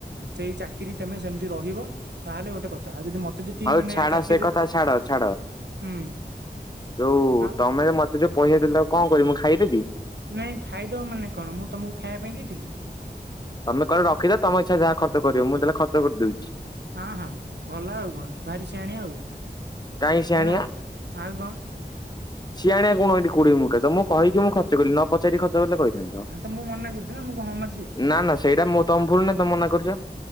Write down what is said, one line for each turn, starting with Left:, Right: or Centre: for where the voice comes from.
Right: ସେଇ ଚାକିରି ତେମେ ସେମତି ରହିବ ତାହେଲେ ଗୋଟେ କ ତା ଯଦି ମତେ ଯଦି
Left: ହଉ
Right: ମାନେ
Left: ଛାଡ
Right: ଚାକିରିରୁ
Left: ସେ କଥା ଛାଡ ଛାଡ
Right: ହୁଁ
Left: ଯୋଉ
Right: ଆଉ
Left: ତମେ ଯା ମତେ ଯୋଉ ପଇସା ଦେଇଥିଲ ତାକୁ କଣ କରିବି ମୁଁ ଖାଇଦେବି?
Right: ନାଇଁ ଖାଇଦବ ମାନେ କଣ ମୁଁ ତମକୁ ଖାଇବା ପାଇଁ ଦେଇଥିଲି?
Left: ତମେ କହିଲ ରଖିଥା ତମ ଇଚ୍ଛା ଯାହା ଖର୍ଚ୍ଚ କରିବ ମୁଁ ତାହଲେ ଖର୍ଚ୍ଚ କରିଦୋଉଚି।
Right: ହଁ ହଁ ଭଲ ଆଉ କଣ ଭାରି ସିଆଣିଆ ଆଉ।
Left: କାଇଁ ସିଆଣିଆ?
Right: ହେଲା। ଆଉ କଣ
Left: ସିଆଣିଆ କଣ ଏଠି କୋଉଠି ମୁଁ କା ତମକୁ କହିକି ମୁଁ ଖର୍ଚ୍ଚ କଲି ନ ନ ପଚାରି ଖର୍ଚ୍ଚ କଲେ କହିଥାନ୍ତ
Right: ହଁ ତ ମୁଁ ମନା କରୁଛି ନା ମୁଁ କଣ ହଁ ମାରୁଛି
Left: ନା ନା ସେଇଟା ମୁଁ ତମ ଭୁଲ ନୁଏ ତମେ ମନା କରୁଚ।